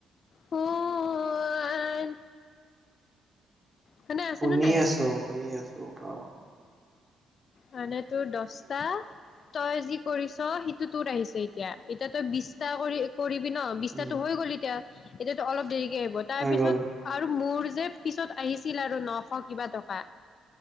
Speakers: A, on the left (about 55°); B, on the right (about 30°).
A: শুন শুনে আছেনে
B: শুনি
A: নাই
B: আছো। অ
A: মানে তোৰ দহটা তই যি কৰিছ সিটো তোৰ আহিছে এতিয়া এতিয়া তই বিছটা কৰি কৰিবি ন বিছাতো
B: উম
A: হৈ গ'ল এতিয়া, এতিতো অলপ দেৰি কে আহিব তাৰ
B: হৈ
A: পিছত
B: গ'ল
A: আৰু মোৰ যে পিছত আহিছিল আৰু নশ কিবা টকা।